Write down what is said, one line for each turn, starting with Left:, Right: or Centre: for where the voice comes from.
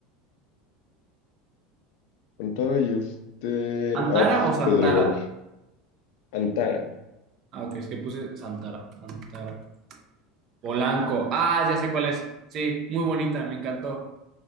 Left: Antara y este
Right: ¿Antara
Left: Arts
Right: o Santara?
Left: Pedregal. Antara.
Right: Ah, ok, es que puse Santara, Antara. Polanco. Ah, ya sé cuál es. Sí, muy bonita, me encantó.